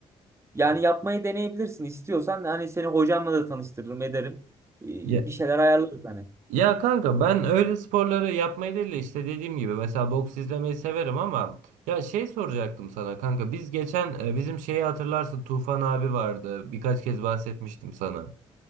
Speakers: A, on the right; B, on the right.
A: yani yapmayı deneyebilirsin istiyorsan. Hani seni hocamla da tanıştırırım ederim. E,
B: Ya,
A: bir şeyler ayarlarız hani.
B: ya kanka ben öyle sporları yapmayı değil de işte dediğim gibi mesela boks izlemeyi severim ama ya şey soracaktım sana kanka biz geçen e, bizim şeyi hatırlarsın Tufan abi vardı birkaç kez bahsetmiştim sana.